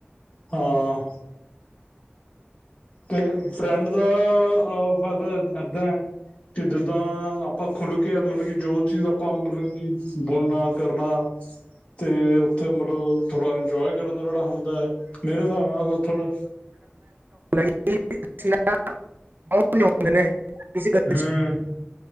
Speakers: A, on the left; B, on the right.
A: ਹਾਂ ਤੇ ਫਰੈਂਡ ਦਾ ਫਾਇਦਾ ਏਦਾਂ ਹੈ ਕਿ ਜਿੱਦਾਂ ਆਪਾਂ ਖੁੱਲ ਕੇ ਮਤਲਬ ਕਿ ਜੋ ਚੀਜ਼ ਆਪਾਂ ਮਤਲਬ ਕਿ ਬੋਲਣਾ ਕਰਨਾ ਤੇ ਉੱਥੇ ਮਤਲਬ ਥੋੜਾ ਇੰਜੋਏ ਕਰਨ ਦਾ ਜਿਹੜਾ ਮੇਰੇ ਹਿਸਾਬ ਨਾਲ ਥੋੜਾ
B: ਠੀ <unintelligible> <unintelligible> ਕਿਸਸੀ ਗਲਜ
A: ਹਮ